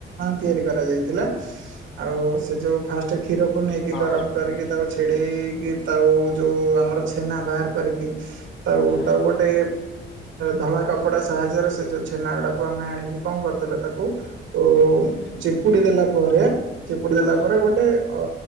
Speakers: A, on the right; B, on the left.
A: ତିଆରି କରାଯାଇଥିଲା। ଆଉ ସେ ଯୋଉ ଫାଷ୍ଟ କ୍ଷୀରକୁ ନେଇକି
B: ହଁ
A: ଗରମ କରିକି ତା ଛିଡ଼େଇକି ତାଉ ଯେଉଁ ଆମର ଛେନା ବାହାର କରିକି ତାକୁ
B: ହୁଁ
A: ତାକୁ ଗୋଟେ ଧଳା କପଡ଼ା ସାହାଯ୍ୟରେ ସେ ଯେଉଁ ଛେନାଗୁଡ଼ାକୁ ଆମେ ଆଣିକି କଣ କରିଦେଲେ ତାକୁ ଓ
B: ହ <inaudible>
A: ଚିପୁଡି ଦେଲା ପରେ ଚିପୁଡି ଦେଲା
B: ହଁ
A: ପରେ ଗୋଟେ ଅ